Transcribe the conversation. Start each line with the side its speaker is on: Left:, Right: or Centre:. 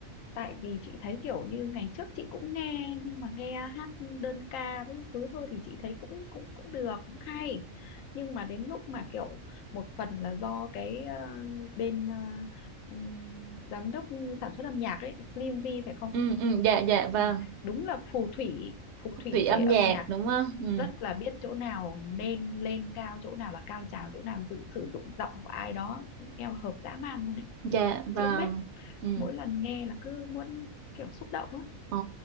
Left: tại vì chị thấy kiểu như ngày trước chị cũng nghe nhưng mà nghe hát đơn ca với các thứ thôi thì chị thấy cũng cũng cũng được cũng hay nhưng mà đến lúc mà kiểu một phần là do cái ờ, bên ờ, ừm, giám đốc sản xuất âm nhạc ấy Slim V phải không
Right: ừ ừ dạ dạ
Left: ừ.
Right: vâng
Left: đúng là phù thủy phù thủy
Right: thủy âm
Left: về âm
Right: nhạc
Left: nhạc
Right: đúng không ừ
Left: rất là biết chỗ nào nên lên cao chỗ nào là cao trào chỗ nào dự, sử dụng giọng của ai đó eo hợp dã man luôn đấy
Right: dạ vâng
Left: chị không biết
Right: ừ
Left: mỗi lần nghe là cứ muốn kiểu xúc động á
Right: Ờ,